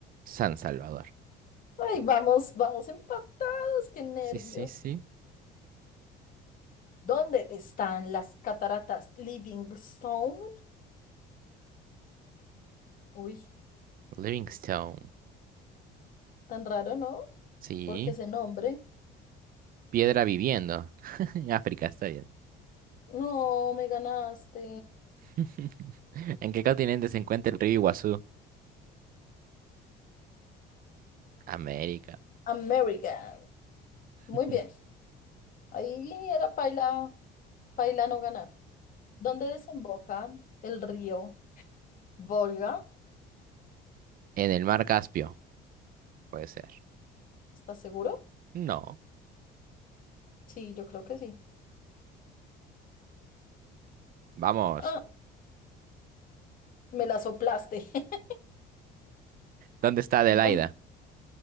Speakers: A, on the right; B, on the left.
A: San Salvador.
B: Ay, vamos, vamos empatados, qué nervios.
A: Sí, sí, sí.
B: ¿Dónde están las cataratas Livingstone? Uy,
A: Livingstone.
B: tan raro, ¿no?
A: Sí.
B: Porque ese nombre.
A: Piedra viviendo. <laughs> África, está bien.
B: No, me ganaste.
A: <laughs> ¿En qué continente se encuentra el río Iguazú? América.
B: American.
A: <laughs>
B: Muy bien. Ahí era paila, paila no ganar. ¿Dónde desemboca el río Volga?
A: En el mar Caspio. Puede ser.
B: ¿Estás seguro?
A: No.
B: Sí, yo creo que sí.
A: Vamos.
B: Ah, me la soplaste. <laughs>
A: ¿Dónde está Adelaida?
B: ¿Dónde-